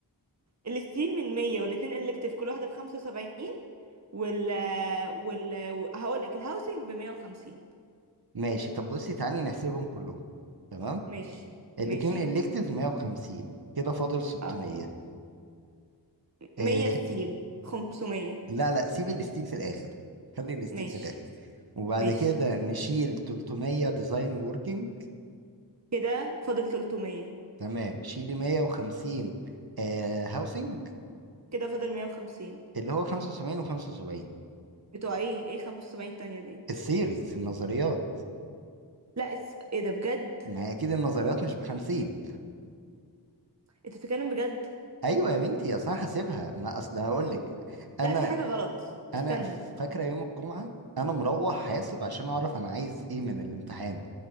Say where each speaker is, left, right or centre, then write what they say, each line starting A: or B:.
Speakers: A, on the right; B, on the right.
A: الستيل من مية والاتنين إلكتيف كل واحدة بخمسة وسبعين وال وال هقولك الهاوسنج بمية وخمسين
B: ماشي طب بصي تعالي نحسبهم كلهم تمام
A: ماشي
B: الاتنين
A: ماشي
B: الكتيف 150 كده فاضل 600
A: اه
B: إيه
A: مية ستيل خمسمية
B: لا لا سيب الستيل في الاخر خلي الستيل
A: ماشي
B: في الاخر وبعد
A: ماشي
B: كده نشيل 300 ديزاين ووركينج
A: كده فاضل تلتمية
B: تمام شيلي 150 آه هاوسنج
A: كده فاضل مية وخمسين
B: اللي هو 75 و75
A: بتوع ايه ايه خمسة وسبعين التانية دي
B: السيريز النظريات
A: لا اس... ايه ده بجد
B: ما هي اكيد النظريات مش بخمسين
A: انت بتتكلم بجد
B: ايوه يا بنتي اصل انا حاسبها ما اصل هقول لك انا
A: لا في حاجة غلط
B: انا
A: استنى
B: فاكره يوم الجمعه انا مروح حاسب عشان اعرف انا عايز ايه من الامتحان